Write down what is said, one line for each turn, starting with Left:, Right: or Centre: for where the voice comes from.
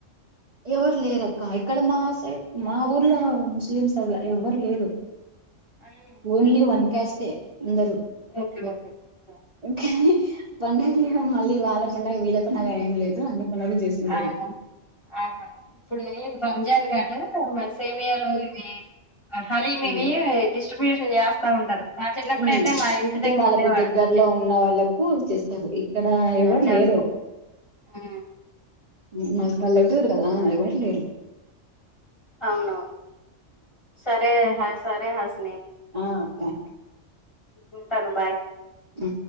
Right: ఎవరు లేరక్క ఇక్కడ మా సైడ్ మా ఊర్లో ముస్లిమ్స్ అల ఎవ్వరు లేరు
Left: ఉమ్,
Right: ఓన్లీ
Left: ఉమ్.
Right: వన్ క్యాస్టే అందరు
Left: ఓకే ఓకే ఓకే.
Right: కానీ పండగ ఇగ మళ్ళీ వాళ్ళ పండగ వీళ్ళ పండగ అనేమి లేదు అన్ని పండగలు చేసుకుంటరు
Left: ఆ ఆ. ఆహా ఇప్పుడు మేన్ రంజాన్ కాళ మరి సేమియాలో ఇవి హలీమ్ ఇవి
Right: ఉమ్
Left: డిస్ట్రిబ్యూషన్ చేస్తా ఉంటారు మా చిన్నప్పుడయితే
Right: ఉమ్
Left: మా ఇంటి
Right: అంటే
Left: దగ్గర
Right: వాళ్ళకు
Left: ఉండే వాళ్ళు
Right: దగ్గరలో
Left: చి
Right: ఉన్న వాళ్ళకు చేస్తారు ఇక్కడ ఎవరు
Left: చేస్తారు
Right: లేరు
Left: ఆ
Right: ఉ మాది పల్లెటూరు కదా ఎవరు లేరు
Left: అవునవును సరే హ సరే హస్
Right: ఆ అక్క
Left: ఉంటను బాయ్
Right: ఉ